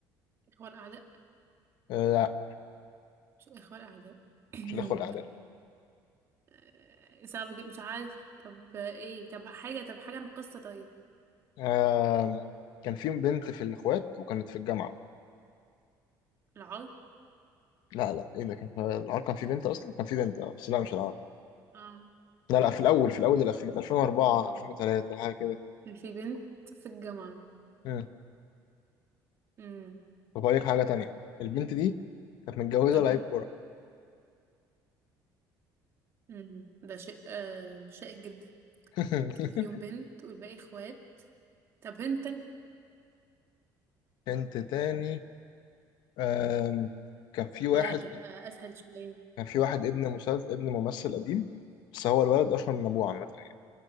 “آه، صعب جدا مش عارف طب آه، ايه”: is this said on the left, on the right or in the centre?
Right